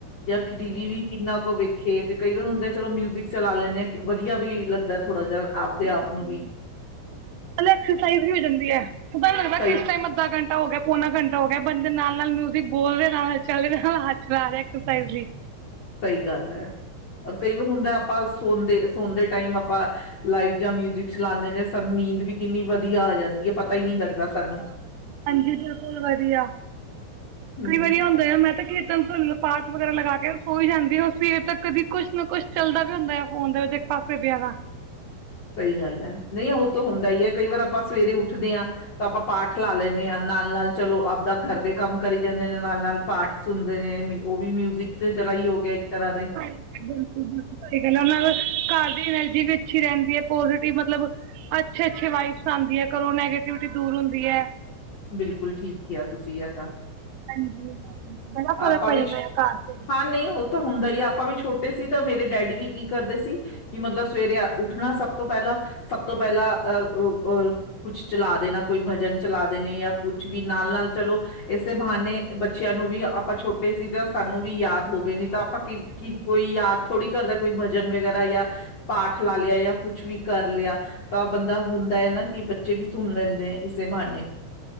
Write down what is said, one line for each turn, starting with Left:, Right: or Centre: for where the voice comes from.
Left: ਜਾਂ ਟੀ ਵੀ ਕਿੰਨਾ ਕੁ ਵੇਖੇ ਤੇ ਕਈ ਵਾਰ ਹੁੰ ਚਲੋ ਮਿਊਜ਼ਿਕ ਚਲਾ ਲੈਂਦੇ ਹਾਂ ਵੀਆ ਵੀ ਲੱਗਦਾ ਥੋੜਾ ਜਿਹਾ ਆਪਦੇ
Right: ਬਿਲਕੁਲ
Left: ਆਪ ਨੂੰ ਵੀ
Right: ਐਕਸਰਸਾਈਜ਼ ਵੀ ਹੋ ਜਾਂਦੀ ਹੈ ਪਤਾ ਲ
Left: ਸਹੀ
Right: ਕਿਸ ਟਾਈਮ ਅੱਧਾ ਘੰਟਾ ਹੋ ਗਿਆ ਪੌਣਾ ਘੰਟਾ ਹੋ ਗਿਆ ਬੰਦੇ ਨਾਲ ਨਾਲ ਮਿਊਜ਼ਿਕ ਬੋਲਦੇ ਨਾਲ ਚੱਲਦੇ ਨਾਲ ਹੱਥ ਲ ਰਿਹਾਕਸ ਵੀ
Left: ਸਹੀ ਗੱਲ ਹੈ ਰ ਕਈ ਵਾਰ ਹੁੰਦਾ ਆਪਾਂ ਸੋਨ ਸਦੇ ਟਾਈਮ ਆਪਾਂ ਲਾਈਟ ਜਾਂ ਮਿਊਜਿਕ ਚਲਾਉਦੇਾਂ ਸਾਨੂੰ ਨੀਂਦ ਵੀ ਕਿੰਨੀ ਵਧੀਆ ਆ ਜਾਂਦੀ ਹੈ ਪਤਾ ਹੀ ਨਹੀਂ
Right: ਬੜੀ
Left: ਲੱਗਦਾ
Right: ਵਧ
Left: ਸਾਨੂੰ
Right: ਹਾਂਜੀ ਬਿਲਕੁਲ ਵਧੀਆ
Left: ਹਮ
Right: ਕਈ ਵਾਰੀ ਆਉਂਦੇ ਆ ਮੈਂ ਤੇ ਕੀਰਤਨ ਸੁਣ ਪਾਠ ਵਗ਼ੈਰਾ ਲਗਾ ਕੇ ਸੋਈ ਜਾਂਦੀ ਉਹ ਸਵੇਰ ਤੱਕ ਕਦੀ ਕੁਛ ਨਾ ਕੁੱਛ ਚੱਲਦਾ ਵੀ ਹੁੰਦਾ ਆ ਫੋਨ ਦੇ ਵਿੱਚ ਇੱਕ ਪਾਸੇ ਵਿਆਹ ਦਾ
Left: ਸਹੀ ਗੱਲ ਹੈ ਨਹੀਂ ਉਹ ਤਾਂ ਹੁੰਦਾ ਹੀ ਹੈ ਕਈ ਵਾਰ ਆਪਾਂ ਸਵੇਰੇ ਉੱਠਦੇ ਹਾਂ ਤਾਂ ਆਪਾਂ ਪਾਠ ਲਾ ਲੈਂਦੇ ਹਾਂ ਨਾਲ ਨਾਲ ਚਲੋ ਆਪਦਾ ਘਰ ਦੇ ਕੰਮ ਕਰੀ ਜਾਂਦੇ ਨੇ ਨਾਲ ਨਾਲ ਪਾਠ ਸੁਣਦੇ ਨੇ ਵੀ ਉਹ ਮਿਊਜਿਕ ਦੇ ਤਰ੍ਹਾਂ ਹੀ ਹੋ ਗਿਆ ਇੱਕ ਤਰ੍ਹਾਂ ਦੇ
Right: ਬਿਲਕੁਲ ਬਿਲਕੁਲ ਸਹੀ ਗੱਲ ਹੈ ਘਰ ਦੀ ਐਨਰਜੀ ਵਿੱਚ ਅੱਛੀ ਰਹਿੰਦੀ ਹੈ ਪੋਜ਼ਟਿਵ ਮਤਲਬ ਅੱਛੇ ਅੱਛੇ ਵਾਈਬਸ ਆਉਂਦੀ ਹੈ ਘਰੋਂ ਨੈਗੇਟਿਵਿਟੀ ਦੂਰ ਹੁੰਦੀ ਹੈ
Left: ਬਿਲਕੁਲ ਠੀਕ ਕਿਹਾ ਤੁਸੀਂ ਆ ਤਾਂ
Right: ਹਾਂਜੀ ਹਾਂ ਬੜਾ ਫ਼ਰਕ
Left: ਆਪਾਂ
Right: ਪੈ
Left: ਵੀ
Right: ਜਾਂਦਾ ਆ ਘਰ ਤੇ ਹੀ
Left: ਹਾਂ ਨਹੀਂ ਉਹ ਤਾਂ ਹੁੰਦਾ ਹੀ ਆ ਆਪਾਂ ਵੀ ਛੋਟੇ ਸੀ ਤਾਂ ਮੇਰੇ ਡੈਡੀ ਵੀ ਕੀ ਕਰਦੇ ਸੀ ਕਿ ਮਤਲਬ ਸਵੇਰੇ ਉੱਠਣਾ ਸਭ ਤੋਂ ਪਹਿਲਾਂ ਸਭ ਤੋਂ ਪਹਿਲਾਂ ਅ ਕੁਛ ਚਲਾ ਦੇਣਾ ਕੋਈ ਭਜਨ ਚਲਾ ਨੇ ਜਾਂ ਕੁਛ ਵੀ ਨਾਲ ਨਾਲ ਚਲੋ ਇਸੇ ਬਹਾਨੇ ਬੱਚਿਆਂ ਨੂੰ ਵੀ ਆਪਾਂ ਛੋਟੇ ਸੀ ਜਾਂ ਸਾਨੂੰ ਵੀ ਯਾਦ ਹੋ ਗਏ ਨੇ ਤਾਂ ਭ ਕੀ ਕੋਈ ਯਾਦ ਥੋੜ੍ਹੀ ਕਰਦਾ ਕੋਈ ਭਜਨ ਵਗੈਰਾ ਜਾਂ ਪਾਠ ਲਾ ਲਿਆ ਜਾਂ ਕੁਛ ਵੀ ਕਰ ਲਿਆ ਤਾਂ ਬੰਦਾ ਹੁੰਦਾ ਹੈ ਨਾ ਕਿ ਬੱਚੇ ਵੀ ਸੁਣ ਲੈਂਦੇ ਹੈ ਇਸੇ ਬਹਾਨੇ